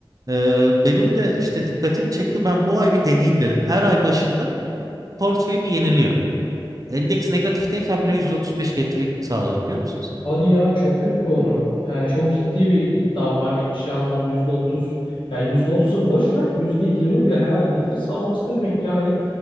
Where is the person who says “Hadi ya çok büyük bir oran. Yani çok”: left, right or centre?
Left